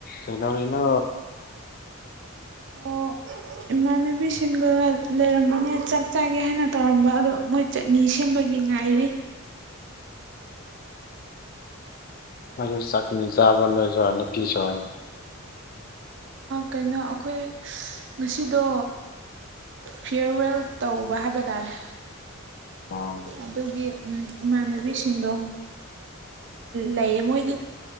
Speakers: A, on the left; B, on the right.
A: <inaudible> ꯁꯤꯗ ꯏꯩꯅꯣ <inaudible>
B: ꯑꯣ ꯏꯃꯥꯟꯅꯕꯤꯁꯤꯡꯒ ꯂꯩꯔꯝꯕꯅꯦ ꯆꯥꯛ ꯆꯥꯒꯦ ꯍꯥꯏꯅ ꯇꯧꯔꯝꯕ ꯑꯗꯣ ꯃꯣꯏ ꯆꯠꯅꯤ ꯁꯦꯝꯕꯒꯤ ꯉꯥꯏꯔꯤ
A: ꯑꯩꯣꯏꯁꯨ ꯆꯥꯛꯅꯤ ꯆꯥꯕ ꯅꯣꯏꯁꯨ ꯍꯅꯠꯇꯤꯁꯨꯅꯤ
B: ꯀꯩꯅꯣ ꯑꯩꯈꯣꯏ ꯉꯁꯤꯗꯣ ꯐꯤꯌꯔꯋꯦꯜ ꯇꯧꯕ ꯍꯥꯏꯕ ꯇꯥꯔꯦ
A: ꯑ
B: ꯑꯗꯨꯒꯤ ꯏꯃꯥꯟꯅꯕꯤꯁꯤꯡꯗꯣ ꯂꯩꯌꯦ ꯃꯣꯏꯗꯤ